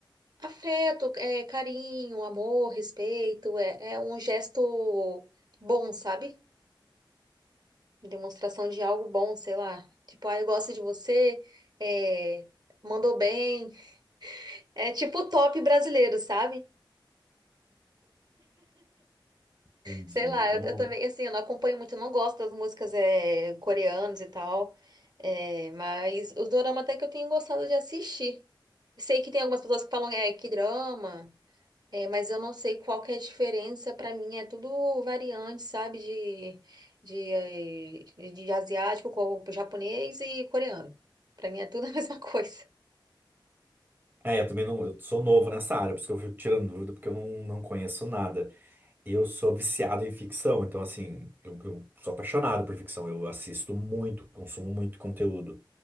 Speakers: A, on the right; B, on the right.
A: afeto, é, carinho, amor, respeito. É, é um gesto bom, sabe? Demonstração de algo bom, sei lá. Tipo, ah, eu gosto de você, é, mandou bem. É tipo o top brasileiro, sabe?
B: Entendi.
A: Sei lá,
B: Eu
A: eu,
B: não-
A: eu também, assim, eu não acompanho muito, eu não gosto das músicas é, coreanas e tal, é, mas os dorama até que eu tenho gostado de assistir. Sei que tem algumas pessoas que falam, é, que drama, é, mas eu não sei qual que é a diferença, pra mim é tudo variante, sabe, de, de, eh, de, de asiático, co- japonês e coreano. Pra mim é tudo a <laughs> mesma coisa.
B: É, eu também não. Eu sou novo nessa área, por isso que eu fico tirando dúvida, porque eu não, não conheço nada. Eu sou viciado em ficção, então, assim, eu, eu sou apaixonado por ficção. Eu assisto muito, consumo muito conteúdo.